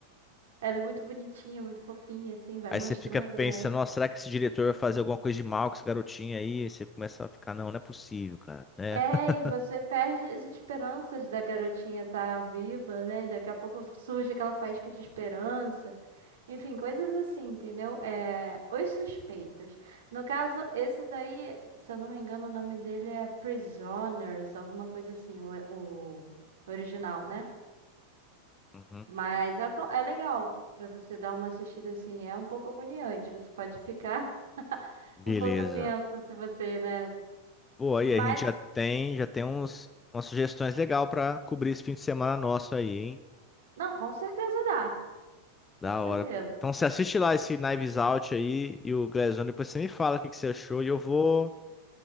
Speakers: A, on the right; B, on the left.
A: Ela é muito bonitinha, muito fofinha, assim, vai
B: Aí
A: mostrando,
B: você fica pensando,
A: né?
B: nossa, será que esse diretor vai fazer alguma coisa de mal com esse garotinho aí? Aí Você começa a ficar, não, não é possível, cara, né?
A: É,
B: <laughs>
A: e você perde as esperanças da garotinha estar viva, né? Daqui a pouco surge aquela faísca de esperança. Enfim, coisas assim, entendeu? É, Os Suspeitos. No caso, esse daí, se eu não me engano, o nome dele é Prisoners, alguma coisa assim, o, o original, né?
B: Uhum.
A: Mas é, bo- é legal pra você dar uma assistida assim. É um pouco agoniante. Você pode ficar <laughs>
B: Beleza.
A: um pouco tenso se você, né?
B: Pô, aí
A: Mas,
B: a gente já tem, já tem uns, umas sugestões legais pra cobrir esse fim de semana nosso aí, hein?
A: não, com certeza dá. Com
B: Da
A: certeza.
B: hora, pô. Então você assiste lá esse Knives Out aí e o Glass Onion, depois você me fala o que que você achou e eu vou.